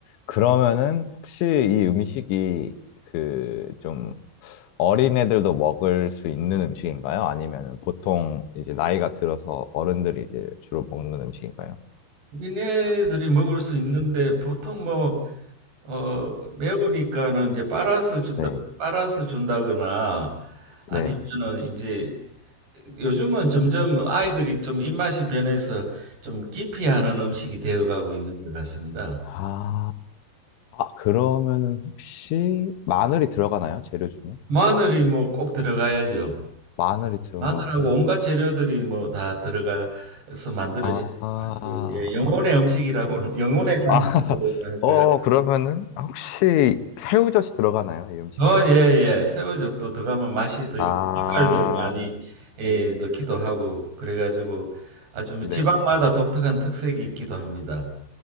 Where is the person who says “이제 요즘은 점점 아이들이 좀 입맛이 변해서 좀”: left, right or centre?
Right